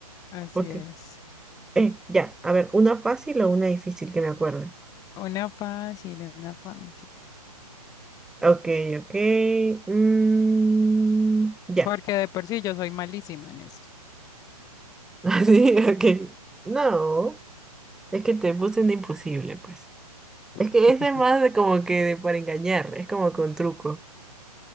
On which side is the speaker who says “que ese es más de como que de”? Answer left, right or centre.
Centre